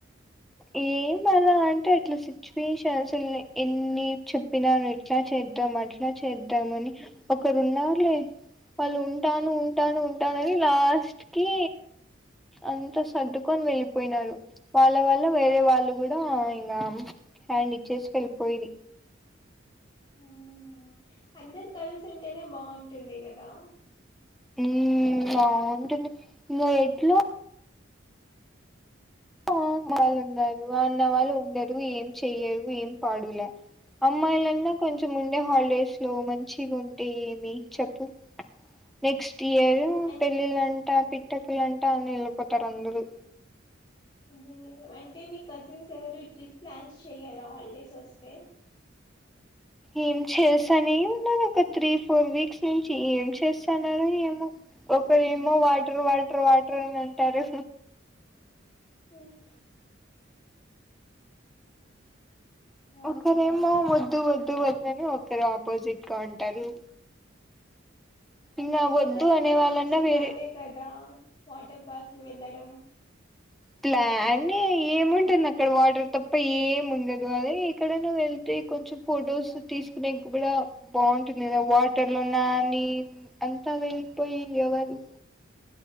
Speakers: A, in the centre; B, on the left (about 25°).
A: ఏమీ లేదు అ అంటే ఇట్ల సిచ్యువేషన్ అసలు ఎన్ని చెప్పినాను ఇట్లా చేద్దాం అట్లా చేద్దాం ఉంటానని ఒకరు ఉన్నార్లే వాళ్ళు ఉంటాను ఉంటాను ఉంటానని లాస్ట్ స్ట్కి అంత సర్దుకొని వెళ్ళిపోయినరు వాళ్ళ వళ్ళ వేరే వాళ్ళు కూడా ఇంగా హ్యాండ్ ఇచ్చేసి వెళ్ళిపోయిరి
B: అవునా అందరు కలిసి ఉంటేనే బాగుంటుంది కదా
A: మ్మ్ బావుంటుంది ఇంగ ఎట్లో ఆ వాళ్ళు ఉన్నారు అన్న వాళ్ళు ఉండరు ఏం చెయ్యరు ఏం పాడు లే అమ్మాయిలన్న కొంచెం ఉండే హాలిడేస్ లో మంచిగుంటే ఏమి చెప్పు నెక్స్ట్ ఇయరు
B: అం
A: పెళ్ళిళ్ళంటా పిట్టకులంటా అని వెళ్ళిపోతరు అందరూ
B: అ నిజం అంటే మీ కజిన్స్ ఎవరు ట్రిప్ ప్లాన్స్ చెయ్యరా హాలిడేస్ వస్తే
A: ఏం చేస్తనే ఉన్నారు ఒక త్రీ ఫోర్ వీక్స్ నుంచి ఏం చేస్తన్నారో ఏమో ఒకరేమో వాటర్ వాటర్ వాటర్ అని అంటారు
B: మ్మ్ అవునా
A: ఒకరేమో వద్దు వద్దు వద్దని ఒకరు ఆపోజిట్ గా ఉంటారు ఇంకా
B: వాటర్
A: వద్దు
B: అంటే
A: అనే వాళ్ళన్నా
B: మంచి ప్లానే
A: వేరే
B: కదా వాటర్ పార్క్ వెళ్ళడం
A: ప్లానే ఏముంటుంది అక్కడ వాటర్ తప్ప ఏమి ఉండదు అదే ఎక్కడన్న వెళ్తే కొంచెం ఫోటోస్ తీసుకునేకి కూడ బాగుంటుంది కదా వాటర్ లో నానీ అంత అలా వెళిపోయి ఎవరు